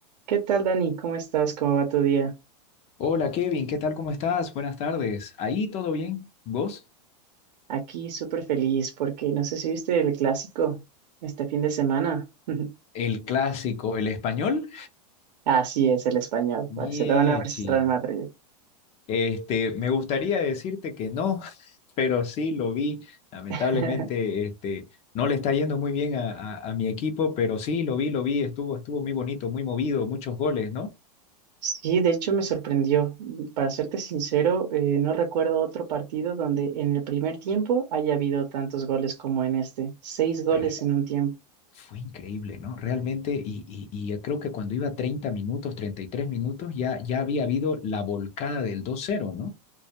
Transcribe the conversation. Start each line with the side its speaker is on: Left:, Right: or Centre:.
Right: ¿Qué tal, Dani? ¿Cómo estás? ¿Cómo va tu día?
Left: Hola Kevin, ¿qué tal? ¿Cómo estás? Buenas tardes. ¿Ahí todo bien? ¿Vos?
Right: Aquí súper feliz porque no sé si viste el clásico este fin de semana. <laughs>
Left: El clásico, el español.
Right: Así es, el español,
Left: Miechi.
Right: Barcelona versus Real Madrid.
Left: Este, me gustaría decirte que no, <laughs> pero sí lo vi. Lamentablemente,
Right: <laughs>
Left: este, no le está yendo muy bien a, a- a mi equipo, pero sí lo vi, lo vi. Estuvo, estuvo muy bonito, muy movido, muchos goles, ¿no?
Right: Sí, de hecho me sorprendió. Para serte sincero, eh, no recuerdo otro partido donde en el primer tiempo haya habido tantos goles como en este. Seis goles
Left: Re-
Right: en un tiempo.
Left: Fue increíble, ¿no? Realmente, y, y, y yo creo que cuando iba 30 minutos, 33 minutos, ya, ya había habido la volcada del dos cero, ¿no?